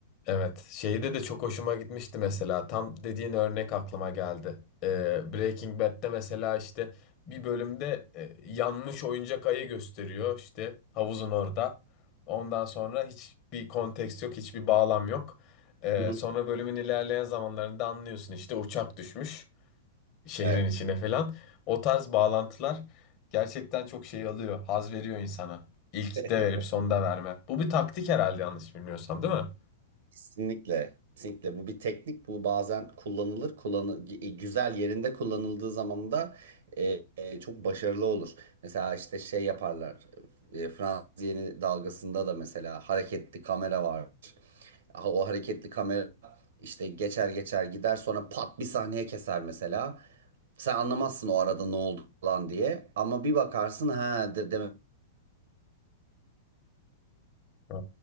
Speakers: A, on the left; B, on the right.
A: evet. Şeyde de çok hoşuma gitmişti mesela. Tam dediğin örnek aklıma geldi. Ee, Breaking Bad'de mesela işte bir bölümde e, yanmış oyuncak ayı gösteriyor işte havuzun orada. Ondan sonra hiçbir konteks yok, hiçbir bağlam yok. Ee,
B: Hı hı.
A: sonra bölümün ilerleyen zamanlarında anlıyorsun işte uçak düşmüş şehrin
B: Evet.
A: içine falan. O tarz bağlantılar gerçekten çok şey alıyor, haz veriyor insana. İlkte
B: <laughs>
A: verip sonda verme. Bu bir taktik herhalde yanlış bilmiyorsam, değil mi?
B: Kesinlikle. Kesinlikle. Bu bir teknik. Bu bazen kullanılır. Kullanı gü- e, güzel yerinde kullanıldığı zaman da e, e, çok başarılı olur. Mesela işte şey yaparlar. E, Fransız yeni dalgasında da mesela hareketli kamera var. Ha, O hareketli kamera işte geçer geçer gider sonra pat bir sahneye keser mesela. Sen anlamazsın o arada ne oldu falan diye. Ama bir bakarsın ha de, demek
A: Ha,